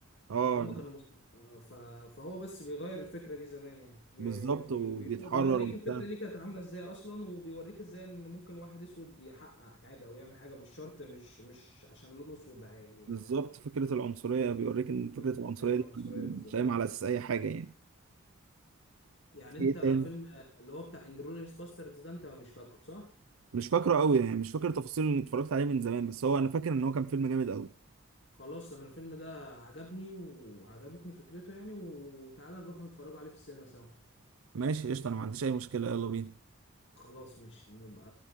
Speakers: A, on the right (about 75°); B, on the left (about 55°).
A: اه
B: فهم كانوا مس... آه، ف... فهو بس بيغير الفكرة دي زمان يعني بي...
A: بالظبط
B: يعني بي...
A: وبيتحرر
B: بي... بيوريك
A: وبتاع
B: الفكرة دي كانت عاملة ازاي اصلا وبيوريك ازاي ان ممكن واحد اسود يحقق حاجة او يعمل حاجة مش شرط مش مش عشان لونه اسود هي...
A: بالظبط فكرة العنصرية بيوريك ان فكرة
B: مم.
A: العنصرية
B: ايوه العنصرية
A: دي
B: بالظبط
A: مش قايمة على اساس اي حاجة يعني
B: يعني
A: في
B: انت
A: ايه تاني
B: فيلم آه، اللي هو بتاع انجلوريوس باسترز ده انت مش فاكره صح؟
A: مش فاكره قوي يعني مش فاكر تفاصيل اللي اتفرجت عليه من زمان بس هو انا فاكر ان هو كان فيلم جامد قوي
B: خلاص انا الفيلم ده عجبني وعجبتني فكرته يعني وتعالى نروح نتفرج عليه في السينما سوا
A: ماشي قشطة انا ما عنديش اي مشكلة يلا بينا
B: خلاص ماشي نبقى